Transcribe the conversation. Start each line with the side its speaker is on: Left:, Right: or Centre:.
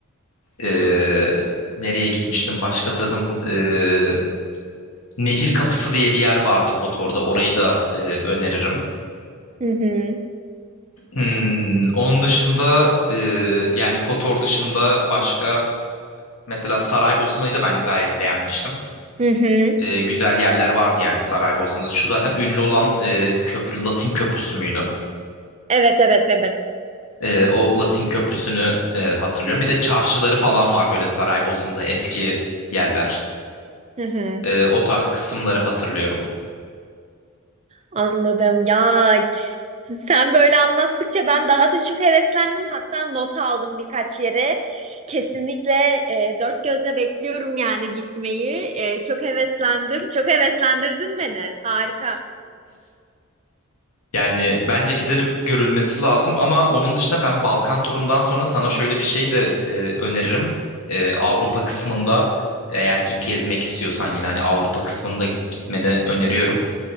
Left: Ee, nereye gitmiştim başka hatırladım. Ee, Nehir Kapısı diye bir yer vardı Kotor'da. Orayı da e, öneririm.
Right: Hı hı.
Left: Hmm, onun dışında e, yani Kotor dışında başka mesela Saraybosna'yı da ben gayet beğenmiştim.
Right: Hı hı.
Left: E, güzel yerler vardı yani Saraybosna'da. Şu zaten ünlü olan e, köprü Latin Köprüsü müydü?
Right: Evet evet evet.
Left: E, o Latin Köprüsü'nü e, hatırlıyorum. Bir de çarşıları falan var böyle Saraybosna'da eski yerler.
Right: Hı hı.
Left: E, o tarz kısımları hatırlıyorum.
Right: Anladım. Ya k- sen böyle anlattıkça ben daha da çok heveslendim. Hatta not aldım birkaç yere. Kesinlikle e, dört gözle bekliyorum yani gitmeyi. E, çok heveslendim. Çok heveslendirdin beni. Harika.
Left: Yani bence gidilip görülmesi lazım ama onun dışında ben Balkan turundan sonra sana şöyle bir şey de e, öneririm. E, Avrupa kısmında eğer ki gezmek istiyorsan yine hani Avrupa kısmında gitmeni öneriyorum.